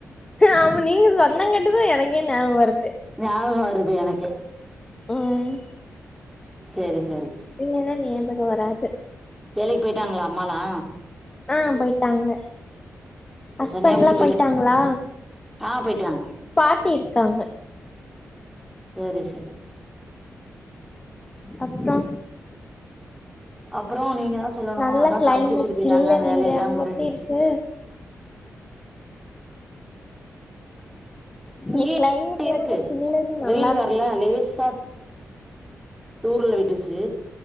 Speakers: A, on the left; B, in the centre.
A: ஆமா நீங்க சொன்னங்கட்டுதா எனக்கே ஞாபகோ வருது
B: ஞாபகோ வருது எனக்கு
A: ம்
B: சேரி சேரி
A: இல்லன்னா ஞாபக வராது
B: வேலைக்கு போயிட்டாங்களா அம்மாலா
A: அ போயிட்டாங்க ஹஸ்பண்ட்லா
B: தனியா வுட்டு
A: போயிட்டாங்களா
B: ஆ போயிட்டாங்க
A: பாட்டி இருக்காங்க
B: சேரி செரி
A: அப்றோ
B: அப்புறோ நீங்க தா சொல்லணு
A: நல்ல
B: அதா
A: கிளைமேட்
B: சமைச்சு வச்சுட்டு போயிட்டாங்க
A: சில்லுனு
B: வேலையெல்லா
A: இங்க அங்க
B: முடிஞ்ச்சு
A: எப்டி இருக்கு இங்க
B: இங்கேயே
A: கிளைமேட்
B: இருக்கு
A: ரொம்ப சில்லுனு நல்லா
B: வெயில்
A: இருக்கு
B: வரல லேசா தூறல்ல விட்டுச்சு